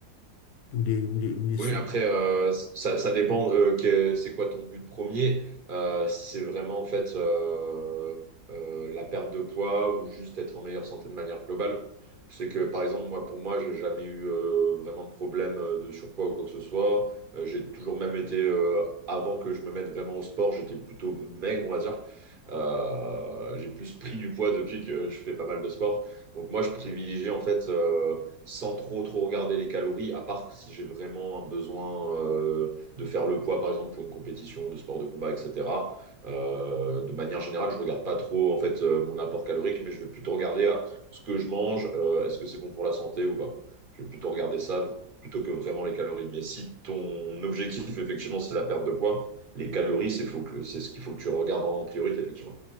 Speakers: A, on the left (about 65°); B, on the right (about 40°).
A: Ou les, ou les, ou les
B: Oui,
A: sauces.
B: après, euh, ça, ça dépend euh, que- c'est quoi ton but premier. Euh, c'est vraiment en fait euh, euh, la perte de poids ou juste être en meilleure santé de manière globale. C'est que par exemple, moi pour moi, j'ai jamais eu euh, vraiment de problème euh, de surpoids ou quoi que ce soit. Euh, j'ai toujours même été, euh, avant que je me mette vraiment au sport, j'étais plutôt maigre, on va dire. Euh, j'ai plus pris du poids depuis que je fais pas mal de sport. Donc moi, je privilégie en fait. euh, sans trop trop regarder les calories, à part si j'ai vraiment un besoin euh, de faire le poids, par exemple pour une compétition de sport de combat, etc. Euh, de manière générale, je regarde pas trop en fait euh, mon apport calorique, mais je vais plutôt regarder ah, ce que je mange, euh, est-ce que c'est bon pour la santé ou pas. Je vais plutôt regarder ça plutôt que vraiment les calories. Mais si ton objectif effectivement c'est la perte de poids, les calories c'est faut que c'est ce qu'il faut que tu regardes en priorité effectivement.